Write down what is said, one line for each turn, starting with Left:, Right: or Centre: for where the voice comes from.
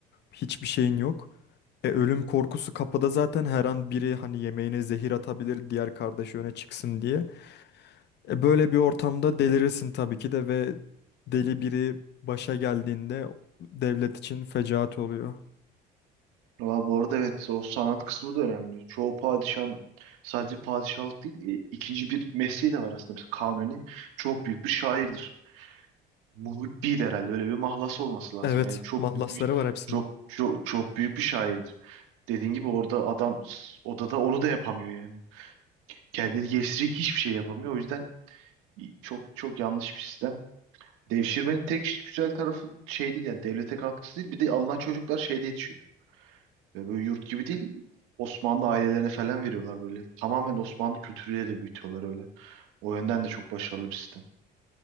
Left: hiçbir şeyin yok. E, ölüm korkusu kapıda zaten her an biri hani yemeğine zehir atabilir diğer kardeşi öne çıksın diye. E, böyle bir ortamda delirirsin tabii ki de ve deli biri başa geldiğinde devlet için fecaat oluyor.
Right: Aa, bu arada evet o sanat kısmı da önemli. Çoğu padişahın sadece padişahlık değil e, ikinci bir mesleği de var aslında. Mesela Kanuni çok büyük bir şairdir. Muhibbi'ydi herhalde öyle bir mahlası olması lazım.
Left: Evet,
Right: Yani çok
Left: mahlasları
Right: büyük bir,
Left: var hepsinin.
Right: çok çok çok büyük bir şairdir. Dediğin gibi orada adam s- odada onu da yapamıyor yani. Kendini geliştirecek hiçbir şey yapamıyor. O yüzden i- çok çok yanlış bir sistem. Devşirmenin tek güzel tarafı şey değil yani devlete katkısı değil. Bir de alınan çocuklar şeyde yetişiyor Ve böyle yurt gibi değil Osmanlı ailelerine falan veriyorlar böyle. Tamamen Osmanlı kültürüyle de büyütüyorlar öyle. O yönden de çok başarılı bir sistem.